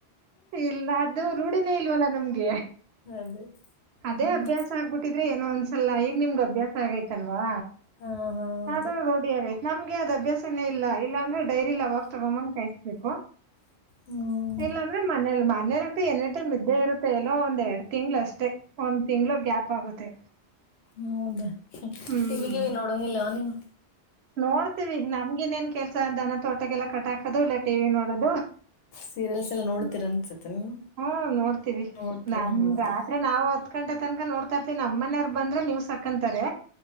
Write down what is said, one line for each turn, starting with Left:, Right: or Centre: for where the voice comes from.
Right: ಇಲ್ಲ ಅದು ರೂಢಿನೇ ಇಲ್ವಲ್ಲ ನಮ್ಗೆ
Left: ಅದೇ ಹ್ಮ್
Right: ಅದೇ ಅಭ್ಯಾಸ ಆಗ್ಬಿಟ್ಟಿದ್ರೆ ಏನೋ ಒಂದ್ಸಲ ಈ ನಿಮ್ಗ ಅಭ್ಯಾಸ ಆಗೈತಲ್ವಾ
Left: ಹಾ ಹಾ ಅದೇ
Right: ಅದು ರೋಡಿ ಆಗೈತ ನಮ್ಗೆ ಅದ್ ಅಭ್ಯಾಸನೇ ಇಲ್ಲ ಇಲ್ಲಾ ಅಂದ್ರೆ ಡೈರಿ ಅವಾಗ ತಗೋ ಬಂದು ಕಾಯಿಸ್ಬೇಕು
Left: ಹ್ಮ್
Right: ಇಲ್ಲಾಂದ್ರೆ ಮನೇಲಿ ಮನೇಲಿ ಅಂತ ಎನಿ ಟೈಮ ಇದ್ದೆ ಇರುತ್ತೆ ಎಲ್ಲೋ ಒಂದ್ ಎರಡ್ ತಿಂಗ್ಳ ಅಷ್ಟೇ ಒಂದ್ ತಿಂಗ್ಳ ಗ್ಯಾಪ್ ಆಗುತ್ತೆ
Left: ಹೌದಾ
Right: ಹ್ಮ್
Left: ಟಿವಿಗೆ ನೋಡಂಗಿಲ್ಲ ನೀವು
Right: ನೋಡ್ತೀವಿ ನಮ್ಗ ಇನ್ನೇನ್ ಕೆಲ್ಸ ದನ ತೋಟಕ್ಕೆಲ್ಲ ಕಟಾಕದು ಇಲ್ಲ ಟಿವಿ ನೋಡೋದು
Left: ಸೀರಿಯಲ್ಸ್ ಎಲ್ಲ ನೋಡ್ತೀರ
Right: ಹ್ಮ
Left: ಅನ್ಸತ್ತೆ ನೀವು
Right: ಹ್ಮ ನೋಡ್ತೀವಿ
Left: ನೋಡ್ತೀರಿ
Right: ನಮ
Left: ಹೌದಾ
Right: ರಾತ್ರಿ ನಾವು ಹತ್ತ್ ಗಂಟೆ ತನಕ ನೋಡ್ತಾ ಇತನಿ ನಮ್ಮನೆಯವರು ಬಂದ್ರೆ ನ್ಯೂಸಾಕಂತಾರೆ